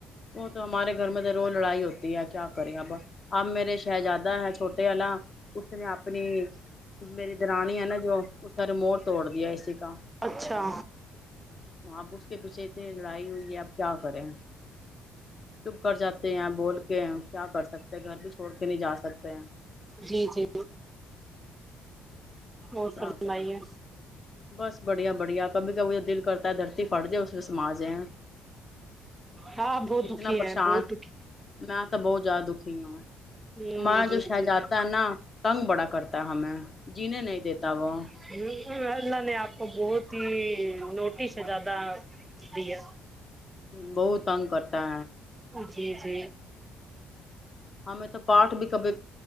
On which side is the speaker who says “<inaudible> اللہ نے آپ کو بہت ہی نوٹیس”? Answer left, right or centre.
Right